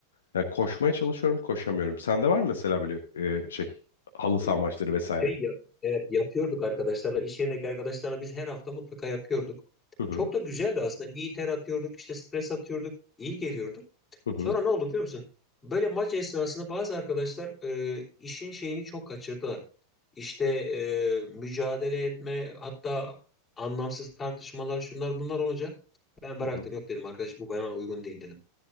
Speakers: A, on the left (about 65°); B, on the left (about 20°).
A: Yani koşmaya çalışıyorum, koşamıyorum. Sende var mı mesela böyle e, şey halı
B: E,
A: saha maçları vesaire?
B: Şey ya, evet yapıyorduk arkadaşlarla iş yerindeki arkadaşlarla biz her hafta mutlaka yapıyorduk.
A: Hı hı.
B: Çok da güzeldi aslında. İyi ter atıyorduk, işte stres atıyorduk, iyi geliyordu.
A: Hı hı.
B: Sonra ne oldu biliyor musun? Böyle maç esnasında bazı arkadaşlar e, işin şeyini çok kaçırdılar. İşte e, mücadele etme hatta anlamsız tartışmalar şunlar bunlar olunca ben
A: Hı
B: bıraktım
A: hı.
B: yok dedim arkadaş bu bana uygun değil dedim.